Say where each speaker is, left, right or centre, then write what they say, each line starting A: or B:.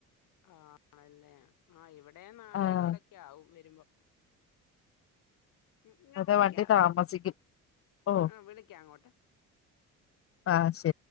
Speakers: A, on the left; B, on the left.
A: ആണല്ലേ ആ ഇവിടെ വിടെേ നാളേകാലൊക്കെ
B: ആഹ്
A: ആകും വരുമ്പോ ഉ ഞാൻ
B: അതെ
A: വിളിക്കാവേ
B: വണ്ടി താമസിക്കും ഓ
A: ആ വിളിക്കാം അങ്ങോട്ട്.
B: ആഹ് ശരി